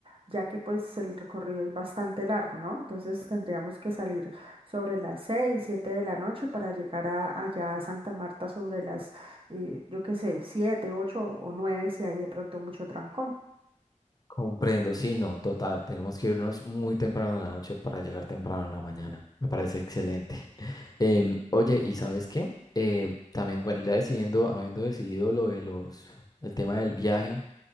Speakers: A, on the right (about 45°); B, on the left (about 30°).
A: ya que pues el recorrido es bastante largo, ¿no? Entonces tendríamos que salir sobre las 6, 7 de la noche para llegar a, allá a Santa Marta sobre las, eh, yo qué sé, 7, 8 o 9 si hay de pronto mucho trancón.
B: Comprendo, sí, no, total. Tenemos que irnos muy temprano en la noche para llegar temprano en la mañana. Me parece excelente. Em, oye, ¿y sabes qué? Eh, también, bueno, ya decidiendo, habiendo decidido lo de los, el tema del viaje,